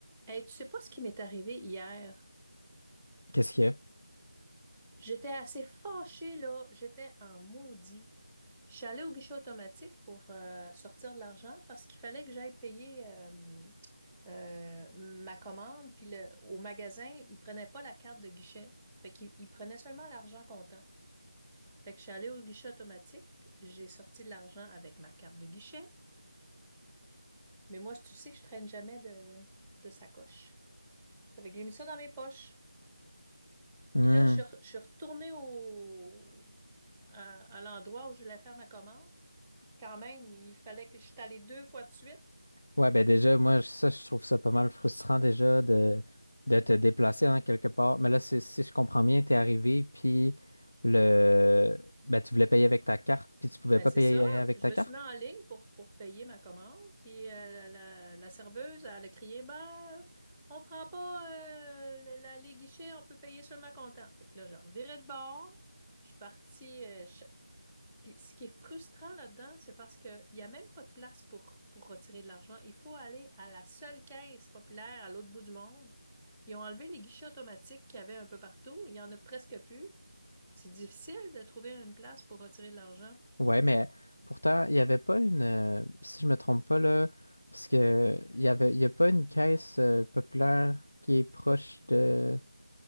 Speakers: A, in the centre; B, on the left.
A: Hey, tu sais pas ce qui m'est arrivé hier?
B: Qu'est-ce qu'il y a?
A: J'étais assez fâchée, là. J'étais en maudit. Je suis allée au guichet automatique pour euh, sortir de l'argent parce qu'il fallait que j'aille payer euh, euh, ma commande. Puis le- au magasin, ils prenaient pas la carte de guichet. Fait qu'ils ils prenaient seulement l'argent comptant. Fait que je suis allée au guichet automatique. J'ai sorti de l'argent avec ma carte de guichet. Mais moi, tu sais, je traîne jamais de, de sacoche. Ça fait que j'ai mis ça dans mes poches.
B: Hmm.
A: Puis là, je suis, re- je suis retournée au, à, à l'endroit où je voulais faire ma commande. Quand même, il fallait que je suis allée deux fois de suite.
B: Ouais, ben déjà, moi, je- ça, je trouve ça pas mal frustrant déjà de, de te déplacer en quelque part. Mais là, si, si je comprends bien, t'es arrivé, puis le ben, tu voulais payer avec ta carte, puis tu pouvais
A: Ben,
B: pas
A: c'est
B: payer
A: ça.
B: avec
A: Je
B: ta
A: me
B: carte?
A: suis mis en ligne pour, pour payer ma commande. Puis euh, la, la- la serveuse, elle a crié, ben, on prend pas euh, la- la- les guichets, on peut payer seulement comptant. Fait que là, je revirais de bord. Je suis partie, euh, je Puis ce qui est frustrant là-dedans, c'est parce qu'il n'y a même pas de place pour, pour retirer de l'argent. Il faut aller à la seule caisse populaire à l'autre bout du monde. Ils ont enlevé les guichets automatiques qu'il y avait un peu partout. Il n'y en a presque plus. C'est difficile de trouver une place pour retirer de l'argent.
B: Ouais, mais pourtant, il n'y avait pas une euh, si je me trompe pas là, parce que il y avait il y a pas une caisse euh, populaire qui est proche de,